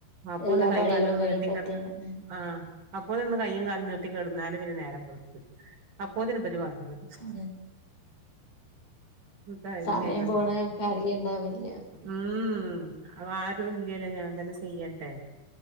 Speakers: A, on the right; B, on the left.
A: അപ്പൊ
B: എല്ലാ
A: ഒന്ന് കൈയും
B: പണികളും
A: കാലും
B: കഴിയുമ്പത്തേന്
A: നീട്ടി കെട
B: ഉം
A: ആഹ് അപ്പോ ഒന്ന് കൈയ്യും കാലും നീട്ടിക്കടുന്നാലും പിന്നെ നേരം വെളുക്കും അപ്പോത്തേന് ഇവര് വന്നു
B: ഉം
A: ഇതന്നെയായിന്ന്
B: സമയം പോണ
A: പണി
B: ഒക്കെ അറിയണ്ടാവില്ല
A: ഉം അത് ആരും ഇല്ലല്ലോ ഞാൻ തന്നെ ചെയ്യണ്ടേ